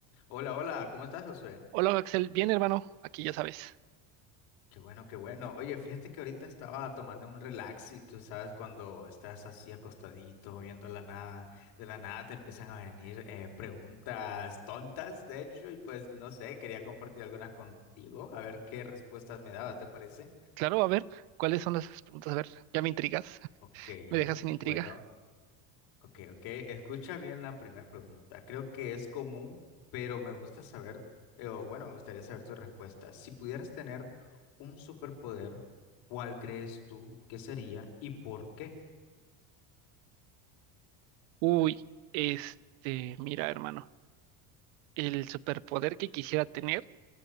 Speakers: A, on the left; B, on the right.
A: Hola, hola, ¿cómo estás, Josué?
B: Hola Axel, bien hermano, aquí ya sabes.
A: Qué bueno, qué bueno. Oye, fíjate que ahorita estaba tomando un relax y tú sabes cuando estás así acostadito, viendo la nada, de la nada te empiezan a venir eh, preguntas tontas, de hecho, y pues no sé, quería compartir algunas contigo, a ver qué respuestas me dabas, ¿te parece?
B: Claro, a ver, ¿cuáles son las preguntas? A ver, ya me intrigas, <laughs>
A: Ok,
B: me dejas sin intriga.
A: bueno, Ok, ok. Escucha bien la primera pregunta. Creo que es común, pero me gusta saber, eh, o bueno, me gustaría saber tu respuesta. Si pudieras tener un superpoder, ¿cuál crees tú que sería y por qué?
B: Uy, este, mira hermano, el superpoder que quisiera tener,